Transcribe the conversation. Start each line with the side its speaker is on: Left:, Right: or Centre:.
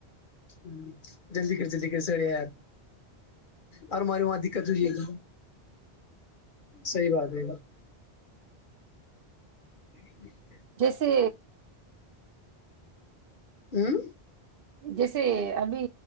Left: ہ جلدی کر جلدی کر سڑے آ آپ اورر ماریے وہاں دقت ہو ج گ صحی بات ہے جی
Right: جیس سے
Left: ہوں
Right: جیسے ابھی